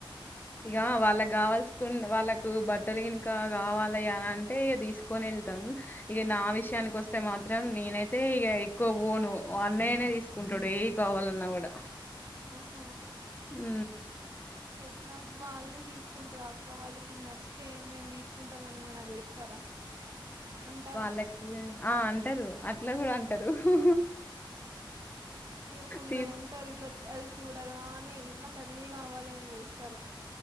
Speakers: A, on the left; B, on the right.
A: ఇగ వాళ్ళకి కావాల్సుకు వాళ్ళకు బట్టలు గనుకా కావాలి అని అంటే ఇగ తీసుకొని వెళ్తాం ఇక నా విషయానికి వస్తే మాత్రం నేనైతే ఇగ ఎక్కువ పోను అన్నయ్యనే తీసుకుంట్టడు ఏవి కావాలన్నా కూడా
B: ఆ
A: హ్
B: ఇగ వాళ్లే తీసుకుంట్టర అక్క వాళ్ళకు నచ్చితే మేము తీసుకుంటామని ఏమనా చేస్తారా అంటారా
A: వాళ్ళకి ఆ అంటారు అట్లా కూడా అంటారు హు
B: ఇగ కొందరు
A: తీసు
B: ఉంటారు ఇట్లా అది చూడగానే నచ్చు అదే కావాలి అని చేస్తారు